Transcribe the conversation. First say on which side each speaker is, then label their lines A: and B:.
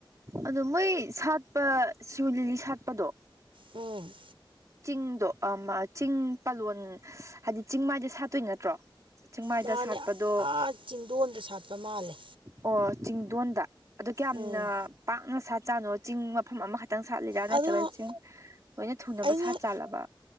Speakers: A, on the right (about 40°); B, on the right (about 85°).
A: ꯑꯗꯣ ꯃꯣꯏ ꯁꯥꯠꯄ ꯁꯤꯔꯣꯏ ꯂꯤꯂꯤ ꯁꯥꯠꯄꯗꯣ
B: ꯎꯝ
A: ꯆꯤꯡꯗꯣ ꯆꯤꯡ ꯄꯥꯂꯣꯟ ꯍꯥꯏꯗꯤ ꯆꯤꯡ ꯃꯥꯏꯗ ꯁꯥꯠꯇꯣꯏ ꯅꯠꯇ꯭ꯔꯣ ꯆꯤꯡꯃꯥꯏꯗ
B: ꯃꯥꯅꯦ
A: ꯁꯥꯠꯄꯗꯣ
B: ꯑꯥ ꯆꯤꯡꯗꯣꯟꯗ ꯁꯥꯠꯄ ꯃꯥꯜꯂꯦ
A: ꯑꯣ ꯆꯤꯡꯗꯣꯟꯗ ꯑꯗꯨ ꯀꯌꯥꯝꯅ
B: ꯎꯝ
A: ꯄꯥꯛꯅ ꯁꯥꯠ ꯆꯥꯅꯣ ꯆꯤꯡ ꯃꯐꯝ ꯑꯃꯈꯛꯇꯪ ꯁꯥꯠꯂꯤꯔꯥ ꯅꯠꯇ꯭ꯔꯒ
B: ꯑꯗꯣ
A: ꯆꯤꯡ ꯂꯣꯏꯅ ꯊꯨ
B: ꯑꯩꯅ
A: ꯁꯥꯠ ꯆꯥꯜꯂꯕ